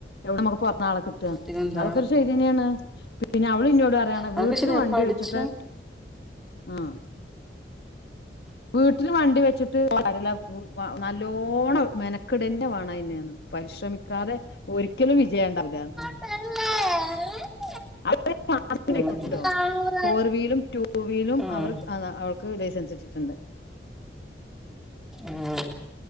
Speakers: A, on the left; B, in the centre.
A: എവിടെ നമുക്ക് പൊറത്ത്ന്നാളെ കിട്ടോ
B: പിന്നെന്താ
A: അതൊക്കെ ഒരു ശെരിയന്നാണ് പിന്നെ അവള് ഏന്നോട് പറയാണ്
B: അതൊക്കെ
A: വീട്ടല്
B: ശരിയാ
A: വണ്ടി
B: പഠിച്ച
A: വെച്ചിട്ടേ ഉം വീട്ടില് വണ്ടി വെച്ചിട്ട് കാര്യില്ല നല്ലോണ്ണം മെനക്കെടന്നേ വേണം അയിന് പരിശ്രമിക്കാതെ ഒരിക്കലും വിജയിണ്ടാവുല്ലാന്ന്
B: <unintelligible>
A: അതിപ്പ ടാസ്ക്കിലിപ്പ
B: ഉം
A: ണ്ടോ ഫോർ വീലും ടു വീലും
B: ഉം
A: അവർ അത അ ക്ക് ലൈസൻസ് കിട്ടീട്ട്ണ്ട്
B: ആഹ്